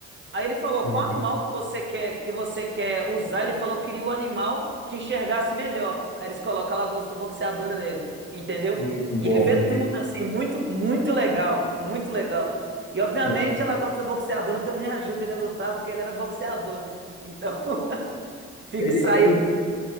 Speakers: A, on the right; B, on the left.
A: Aí ele falou,
B: Uhum.
A: qual animal que você quer que você quer usar? Ele falou que queria o animal que enxergasse melhor. Aí eles colocam a lagosta boxeadora nele, entendeu?
B: Muito bom.
A: E ele vê tudo assim, muito, muito legal, muito legal. E obviamente
B: Uhum.
A: a lagosta boxeadora também ajuda ele a lutar porque ele era boxeador, né? Então, <laughs> fica,
B: Ele,
A: saiu
B: é, um-